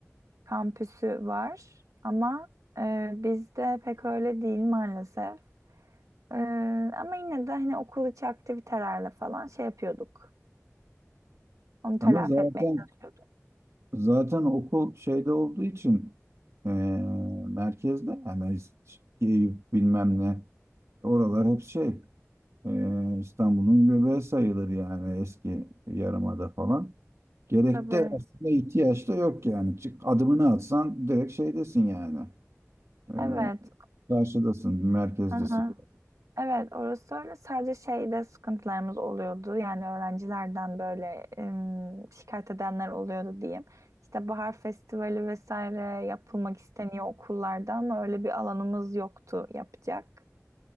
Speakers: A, on the right; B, on the right.
A: kampüsü var. Ama e, bizde pek öyle değil maalesef. Ee, ama yine de hani okul içi aktivitelerle falan şey yapıyorduk. Onu telafi
B: Ama zaten
A: etmeye çalışıyorduk.
B: Zaten okul şeyde olduğu için eee, merkezde yani Eyüp bilmem ne oralar hep şey eee, İstanbul'un göbeği sayılır yani eski yarımada falan. Gerek
A: Tabii.
B: de aslında ihtiyaç da yok yani. Çık adımını atsan direkt şeydesin yani. Eee,
A: Evet.
B: karşıdasın, merkezdesin.
A: Aha. Evet, orası öyle. Sadece şeyde sıkıntılarımız oluyordu. Yani öğrencilerden böyle em, şikayet edenler oluyordu diyeyim. İşte bahar festivali vesaire yapılmak isteniyor okullarda ama öyle bir alanımız yoktu yapacak.